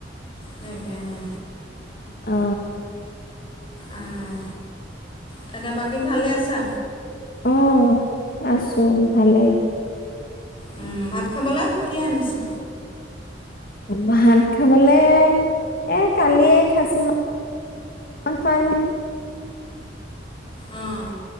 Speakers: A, on the left (about 30°); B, on the left (about 50°).
A: তাকে হে।
B: অ।
A: অঁহ। তাকে বাকী ভালে আছা?
B: অঁ আছো ভালেই।
A: উমঁ ভাত খাবলে কি' আনিছা?
B: ভাত খাবলে এ' কালিয়ে খাচি মাং- অন কণ
A: অঁহ।